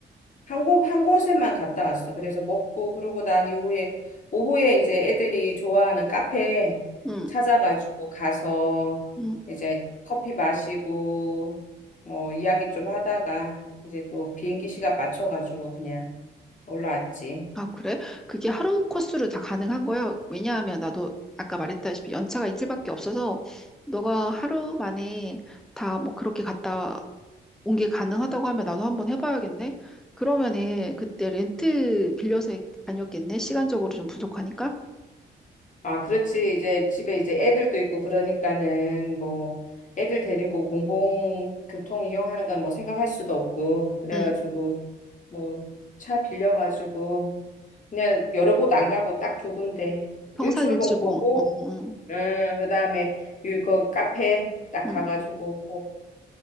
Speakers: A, on the left; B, in the centre.
A: 한 곳, 한 곳에만 갔다 왔어. 그래서 먹고, 그러고 난 이후에, 오후에 이제 애들이 좋아하는 카페
B: 음,
A: 찾아가지고 가서
B: 음.
A: 이제 커피 마시고, 뭐, 이야기 좀 하다가 이제 또 비행기 시간 맞춰가지고 그냥 올라왔지.
B: 아, 그래? 그게 하루 코스로 다 가능한 거예요? 왜냐하면 나도 아까 말했다시피 연차가 이틀밖에 없어서 너가 하루 만에 다 뭐 그렇게 갔다 온 게 가능하다고 하면 나도 한번 해봐야겠네? 그러면은 그때 렌트 빌려서 다녔겠네? 시간적으로 좀 부족하니까?
A: 아, 그렇지. 이제 집에 이제 애들도 있고 그러니까는 뭐, 애들 데리고 공공교통 이용하는 건 뭐 생각할 수도 없고, 그래가지고,
B: 응.
A: 뭐, 차 빌려가지고 그냥 여러 곳 안 가고 딱 두 군데. 일출봉
B: 평산일출봉.
A: 보고,
B: 어, 어.
A: 음, 그다음에 유, 그 카페 딱
B: 음,
A: 가가지고 꼭